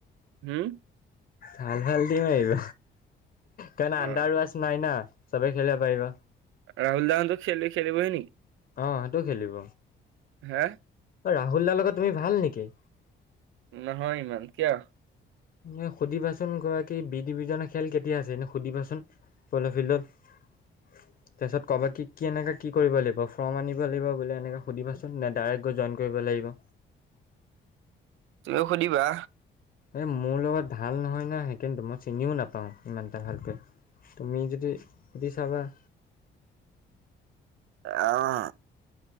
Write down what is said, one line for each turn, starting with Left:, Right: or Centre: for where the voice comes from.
Right: হম?
Left: ভাল ভাল টিম আহিব কাৰণ আণ্ডাৰ
Right: অ
Left: ৱাছ নাই না চবে খেলিব পাৰিব।
Right: ৰাহুল দা হঁতো খেলি খেলিব নি।
Left: অ', সেইটো খেলিব।
Right: হা?
Left: অ', ৰাহুল দাৰ লগত তুমি ভাল নেকি?
Right: নহয় ইমান কিয়?
Left: এ সুধিবাচোন গৰাকী বি ডিভিজনৰ খেল কেতিয়া আছে এনে সুধিবাচোন? <unintelligible> ফিল্ড তাৰপিছত ক'বা কি কি এনেকৈ কি কৰিব লাগিব ফৰ্ম আনিব লাগিব বুলি এনেকৈ সুধিবাচোন নে ডাইৰেক্ট গৈ জইন কৰিব লাগিব।
Right: তুমিও সুধিবা?
Left: এ মোৰ লগত ভাল নহয় ন সেইকাৰ মই চিনিও নাপাওঁ ইমান এটা ভালকৈ। তুমি যদি সুধি চাবা।
Right: অ'।